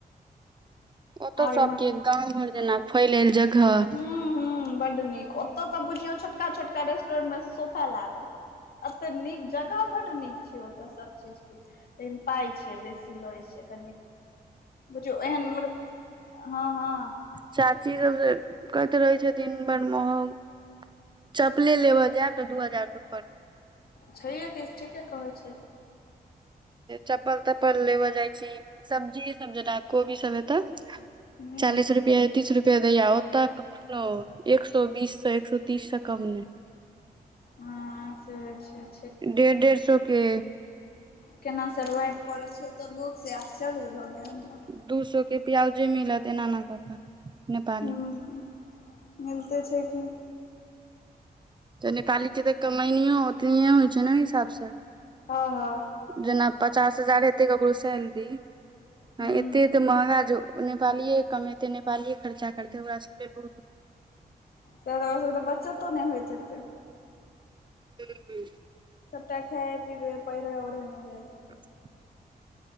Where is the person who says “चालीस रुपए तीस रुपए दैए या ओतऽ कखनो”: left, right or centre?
Right